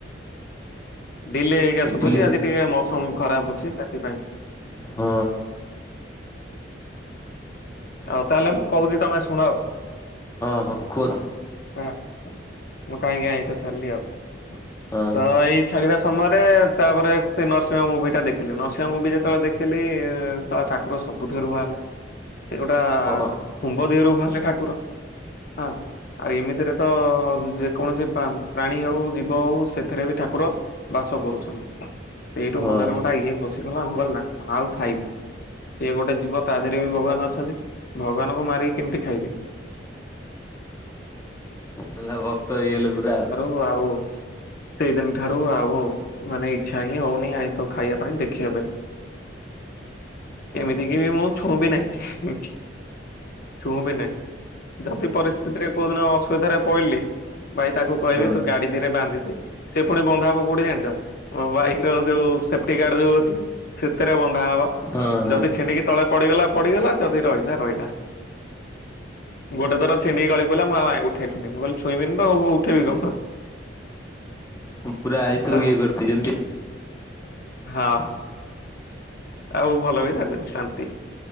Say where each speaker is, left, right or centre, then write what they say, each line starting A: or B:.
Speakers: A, on the left (about 55°); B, on the left (about 15°).
A: ଡିଲେ ହେଇକା ଶୁବୁଛି
B: କ୍ଲିୟର
A: ଆଜି ଟିକେ ମୌସମ ଖରାପ ଅଛି ସେଥିପାଇଁ।
B: ହଁ।
A: ଆଉ ତାହେଲେ ମୁଁ କହୁଛିି ତମେ ଶୁଣ ଆଉ।
B: ହଁ ହଁ କୁହନ୍ତୁ।
A: ହଁ ମୁଁ କାହିଁକି ଆଇଁଷ ଛାଡିଲି ଆଉ
B: ହଁ
A: ତ ଏଇ ଛାଡ଼ିବା ସମୟରେ ତା ପରେ ସେ ନରସିଂହ ମୁଭିଟା ଦେଖିଲି ନରସିଂହ ମୁଭି ଯେତେବେଳେ ଦେଖିଲି ଶଳା ଠାକୁ ଠାକୁର ସବୁ ଧାରୁଆ ଆମେ। ସେଉ ଗୋଟା
B: ହଁ
A: କୁମ୍ଭ ଦେହରୁ ବାହାରିଲେ ଠାକୁର ହଁ ଆଉ ଏମିତିରେ ତ ତ ଯେକୌଣସି ପ୍ରାଣୀ ଆଉ ଜୀ ହଉ ସେଥିରେ ବି ଠାକୁର ବାସ କରୁଛନ୍ତି ଏଇଠୁ
B: ହଁ।
A: ମନରେ ଗୋଟା ଇଏ ପ ପଶିଗଲା ମୁଁ କହିଲି ନା ଆଉ ଖାଇବିନି। ସିଏ ଗୋଟେ ଜୀବ ତା ଦେହରେ ବି ଭଗବାନ ଅଛନ୍ତି ଭଗବାନଙ୍କୁ ମାରିକି କେମିତି ଖାଇବି।
B: ହେଲା ଭକ୍ତ ହେଇଗଲେ ପୁରା ଆଉ।
A: ହଁ ଆଉ। ସେଇଦିନ ଠାରୁ ଆଉ ମାନେ ଇଚ୍ଛା ହିଁ ହଉନି ଆଇଁଷ ଖାଇବା ପାଇଁ ଦେଖିବା ପାଇଁ।
B: ଓହୋ।
A: ଏମିତି କି ବି ମୁଁ ଛୁଁ ବି ନାହିଁ। ଛୁଁ ବିି ନାହିଁ ଯଦି ପରିସ୍ଥି କୋଉ ଦିନ ଅସୁବିଧାରେ ପଇଲି ଭାଇ ତାକୁ କହିବି
B: ହଁ।
A: ତୁ ଗାଡି ଧୀରେ ବାନ୍ଧିଦେ ସେ ପୁଣି ବନ୍ଧା ହବ କୋଉଠି ଜାଣିଛ ମୋ ବାଇକ ର ଯୋଉ ସେଫ୍ଟି ଗାର୍ଡ଼ ଯୋଉ ସେଥିରେ ବନ୍ଧା ହବ।
B: ହଁ ହଁ
A: ଯଦି ଛିଣ୍ଡିକି ତଳେ ପଡିଗଲା ପଡିଗଲା ଯଦି ରହିଲା ରହିଲା। ଗୋଟେ ଥର ଛିଣ୍ଡିକି ଗଳି ପଇଲା ମୁଁ ଆଉ ଆଁ ଉଠେଇଲିନି ମୁଁ କହିଲି ଛୁଇଁବିନି ତ ଉଠେଇବି କଣ।
B: ପୁରା ଆଇଁସ ସବୁ
A: ହଁ
B: ଇଏ କରିଦେଇଛନ୍ତି ଆଉ।
A: ହଁ। ଆଉ ଭଲ ବି ଲାଗୁଛି ଶାନ୍ତି।